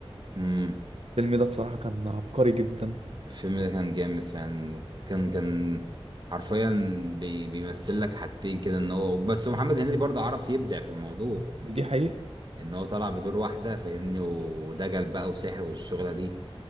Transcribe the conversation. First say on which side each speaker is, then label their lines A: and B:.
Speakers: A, on the right; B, on the right.
A: امم
B: الفيلم ده بصراحة كان عبقري جدا
A: الفيلم ده كان جامد فعلا كان كان حرفيا بي... بيمثل لك حاجتين كده ان هو بس محمد هنيدي برضه عرف يبدع في الموضوع
B: دي حقيقة
A: ان هو طلع بدور واحدة فاهمني ودجل بقى وسحر والشغلة دي